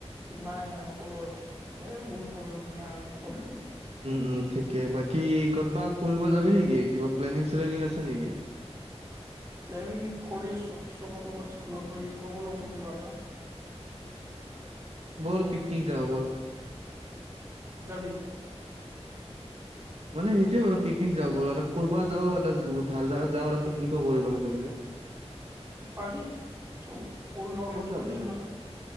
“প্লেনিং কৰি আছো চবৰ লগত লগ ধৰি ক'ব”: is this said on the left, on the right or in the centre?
Right